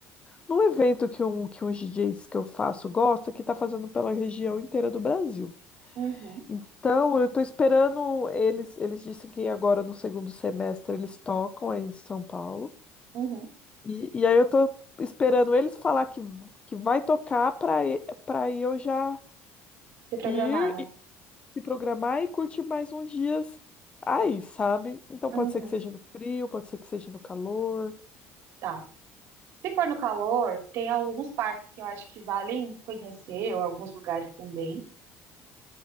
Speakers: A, on the left; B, on the right.
A: num evento que, um, que uns DJs que eu faço gosta, que tá fazendo pela região inteira do Brasil.
B: Uhum,
A: Então, eu tô esperando eles, eles disseram que agora no segundo semestre eles tocam aí em São Paulo.
B: uhum.
A: E, e aí eu tô esperando eles falar que, que vai tocar para para eu já
B: Se programar,
A: ir
B: né?
A: se programar e curtir mais uns dias aí, sabe? Então
B: Uhum,
A: pode ser que seja no frio, pode ser que seja no calor.
B: tá. Se for no calor, tem alguns parques que eu acho que valem conhecer, ou alguns lugares também.